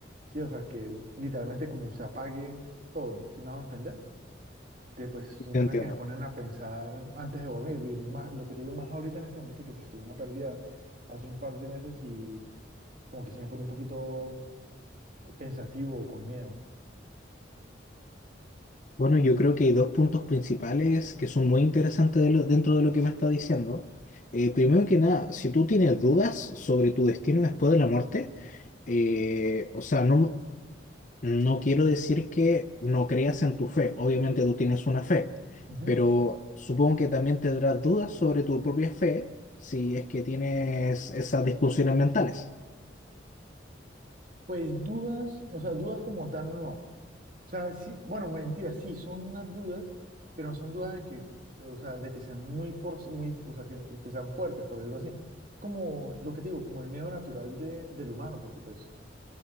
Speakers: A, on the right; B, on the left.
A: Sí, o sea, que u- literalmente como se apague todo, ¿sí me hago entender? Entonces, pues son
B: Te
A: temas
B: entiendo.
A: que me ponen a pensar antes de dormir. Y más- lo que te digo más ahorita en este momento, que pues tuve una pérdida hace un par de meses y como que se me pone un poquito eh, pensativo o con miedo.
B: Bueno, yo creo que hay dos puntos principales que son muy interesantes de lo- dentro de lo que me está diciendo. Eh, primero que nada, si tú tienes dudas sobre tu destino después de la muerte, eh, o sea, no, No quiero decir que no creas en tu fe, obviamente tú tienes una fe,
A: Ujú.
B: pero supongo que también tendrás dudas sobre tu propia fe si es que tienes esas discusiones mentales.
A: Pues dudas, o sea, dudas como tal no. O sea, sí, bueno, mentira, sí, son unas dudas, pero no son dudas de que, o sea, de que sean muy, for- muy, o sea, que, que sean fuertes, por decirlo así. Como lo que te digo, como el miedo natural de, del humano, porque pues